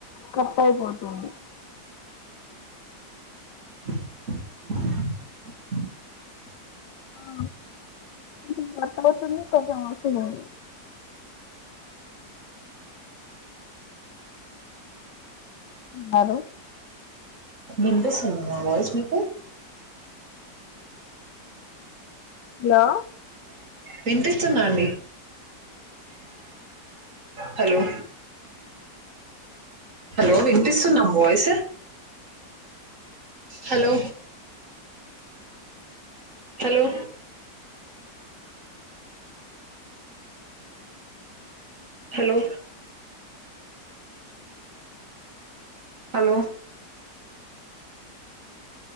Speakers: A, on the left; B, on the right.
A: కట్ అయిపోతుంది
B: <unintelligible>
A: ఆ కొంచెం కట్ అవుతుంది కొంచెం వాయిస్ ఉంది హలో
B: వినిపిస్తుందా నా వాయిస్ మీకు?
A: హలో
B: వినిపిస్తుందా అండి హలో హలో వినిపిస్తుందా voice hello hello hello hello